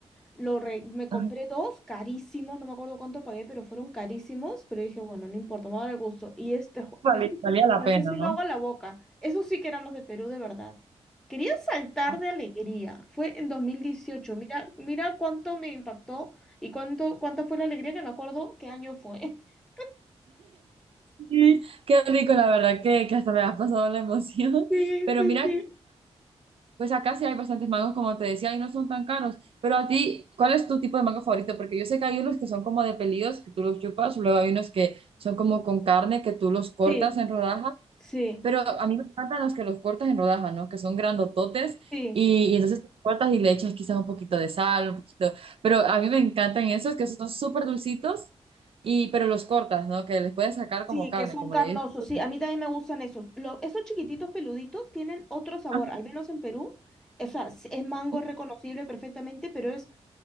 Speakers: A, in the centre; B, on the right.
A: Lo re- me compré
B: Ajá,
A: dos carísimos, no me acuerdo cuánto pagué, pero fueron carísimos. Pero dije, bueno, no importa, me va a dar el gusto. Y este, jo-
B: Valía,
A: este se
B: valía la
A: me me
B: pena,
A: está haciendo
B: ¿no?
A: agua en la boca. Esos sí que eran los de Perú, de verdad. Quería saltar
B: Ah,
A: de alegría. Fue en dos mil dieciocho Mira, mira cuánto me impactó y cuánto, cuánta fue la alegría que me acuerdo qué año fue. <laughs>
B: Sí, Qué rico, la verdad, que, que hasta me ha pasado la emoción.
A: Sí,
B: Pero
A: sí,
B: mira,
A: sí.
B: pues acá sí hay bastantes mangos, como te decía, y no son tan caros. Pero a ti, ¿cuál es tu tipo de mango favorito? Porque yo sé que hay unos que son como de pelillos, que tú los chupas, luego hay unos que son como con carne, que tú los cortas
A: Sí,
B: en rodajas.
A: sí,
B: Pero a mí me encantan los que los cortas en rodajas, ¿no? Que son grandototes
A: sí.
B: y, y entonces los cortas y le echas quizás un poquito de sal, un poquito. Pero a mí me encantan esos que son súper dulcitos y pero los cortas, ¿no? Que les puedes sacar
A: Sí,
B: como carne,
A: que son
B: como
A: carnosos.
B: le dices. tú.
A: Sí, a mí también me gustan esos. Lo- esos chiquititos peluditos tienen otro sabor,
B: Ah,
A: al menos en Perú. O sea, sí, es mango
B: sí,
A: reconocible perfectamente, pero es,